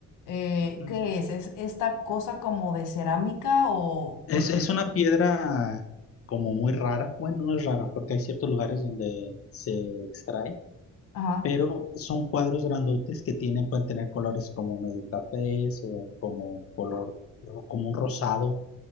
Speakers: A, on the left; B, on the left.
A: eh,
B: Ujú.
A: ¿qué es? ¿Es esta cosa como de cerámica o...?
B: es,
A: por-
B: es una piedra como muy rara. Bueno, no es rara porque hay ciertos lugares donde se extrae
A: Ajá.
B: pero son cuadros grandotes que tienen, pueden tener colores como medio cafés o como color, o como un rosado,